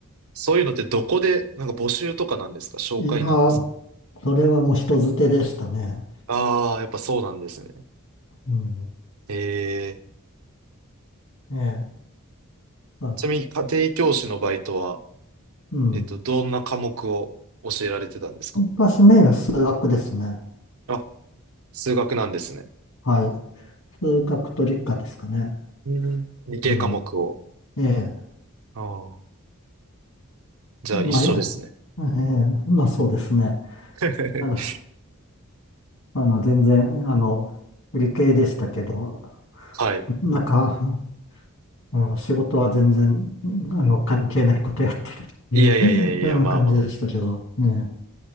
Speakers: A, on the right (about 80°); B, on the left (about 80°).
A: そういうのってどこで、なんか募集とかなんですか紹介なんですか
B: いや、それはもう人づてでしたね。
A: ああー、やっぱそうなんですね。
B: うん、
A: ええ。
B: ええ、まあの
A: ちなみに、家庭教師のバイトは、
B: うん。
A: えっと、どんな科目を教えられてたんですか
B: 私メインは数学ですね。
A: あ、数学なんですね。
B: はい。数学と理科ですかね。
A: うん。理系科目を。
B: うん。ええ、
A: ああ、じゃあ一緒ですね。
B: まあ、いやええ、まあそうですね。
A: <laughs>
B: あのあの、全然、あの、理系でしたけど、
A: はい。
B: なんか、うん、仕事は全然、あの、関係ないことやってるっていう、
A: いやいやいやいや、
B: ような感じでしたけど、
A: まあまあ、
B: ね。